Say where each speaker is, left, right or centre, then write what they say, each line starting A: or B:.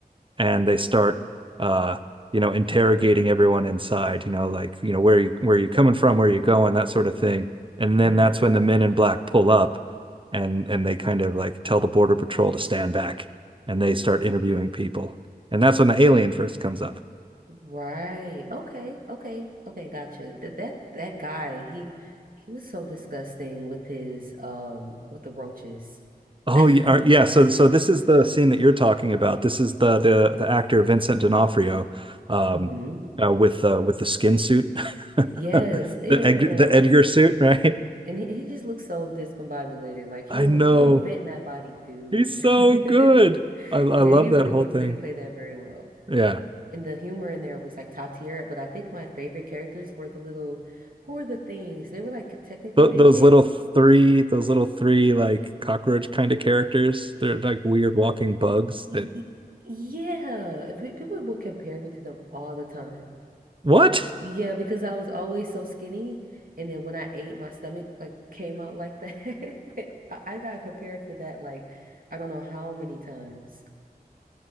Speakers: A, on the right; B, on the right.
A: and they start, uh, you know, interrogating everyone inside. You know, like you know where you, where are you coming from, where are you going, that sort of thing. And then
B: Mm-hmm.
A: that's when the men in black pull up, and and they kind of like tell the border patrol to stand back, and they start interviewing people. And that's when the alien first comes up.
B: Right. Okay. Okay. Okay. Gotcha. That that that guy. He he was so disgusting with his um with the roaches.
A: Oh yeah,
B: <laughs>
A: uh, yeah. So so this is the scene that you're talking about. This is the the the actor Vincent D'Onofrio, um,
B: Mm-hmm.
A: uh, with uh, with the skin suit, <laughs>
B: Yes.
A: the
B: Ew.
A: Edgar, the Edgar suit, right?
B: And he, he just looks so discombobulated. Like
A: I
B: you don't
A: know
B: you don't fit in that body, dude.
A: he's
B: <laughs>
A: so good. I I
B: Yeah,
A: love
B: he really
A: that whole
B: was
A: thing.
B: good. He played that very well.
A: Yeah,
B: And the humor in there was like top tier. But I think my favorite characters were the little who were the things? They were like technically
A: Th-
B: naked.
A: those little three, those little three like cockroach kind of characters. They're like weird walking bugs
B: Y-
A: that
B: y- Yeah. If pe- people would compare me to them all the time.
A: what? <laughs>
B: Yeah, because I was always so skinny. And then when I ate, my stomach like came out like that. <laughs> I I got compared to that like I don't know how many times.